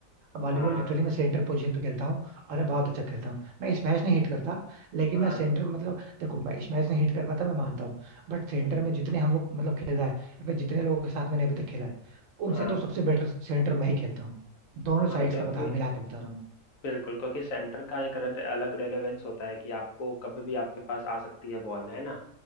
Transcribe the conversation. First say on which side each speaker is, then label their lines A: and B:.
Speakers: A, on the right; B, on the left.
A: वॉलीबॉल
B: हाँ
A: लिटरली मैं सेंटर पोजीशन पे खेलता हूँ और मैं बहुत अच्छा खेलता हूँ मैं स्मैश नहीं हिट करता लेकिन
B: हाँ
A: मैं सेंटर मतलब देखो मैं स्मैश नहीं हिट कर पाता मैं मानता हूँ बट सेंटर
B: हम्म,
A: में जितने हम लोग मतलब खेला है या फिर जितने लोगों के साथ मैंने अभी तक खेला है उनसे
B: हाँ
A: तो सबसे बेटर सेंटर मैं ही खेलता हूँ दोनों
B: हाँ
A: साइड्स
B: क्योंकि
A: का बता मिला के बता रहा हूँ
B: बिल्कुल क्योंकि सेंटर का एक अलग अलग रेलेवेंस होता है कि आपको कभी भी आपके पास आ सकती है बॉल है ना